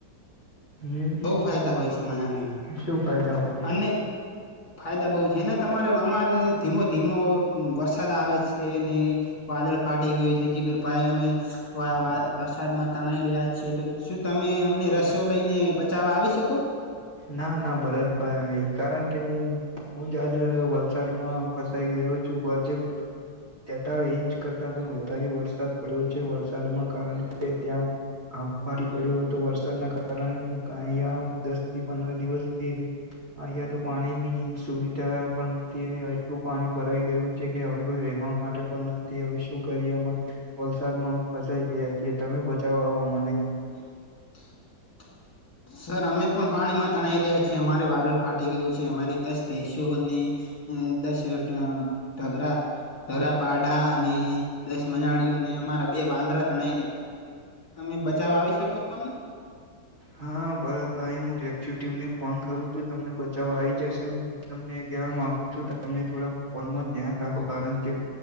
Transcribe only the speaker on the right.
હમ
શું ફાયદા હોય
ના ના ભરતભાઈ કારણ કે હું હું જ આજ વલસાડમાં ફસાઈ ગયો હું જે તેતાલી ઇંચ કરતાં પણ વધારે વરસાદ પડ્યો છે વલસાડમાં કારણ કે ત્યાં આ ફરી પડ્યો હતો વરસાદના કારણે હું અહીયા દસ થી પંદર દિવસથી અહિયાં તો પાણી ની સુવિધા પણ નથી અને એટલું પાણી ભરાઈ ગયું છે કે હવે કોઈ રેહવા માટે પણ નથી હવે શું કરીએ વલસાડમાં અમે ફસાઈ ગયા છીએ તમે બચાવ આવો મને
હા ભરતભાઈ હું રે્યુ ટીમને ફોન કરું છું તમને બચાવવા આવી જશે ને હું તમને એ કહેવા માંગુ છું તમે થોડા ફોનમાં ધ્યાન રાખો કારણ કે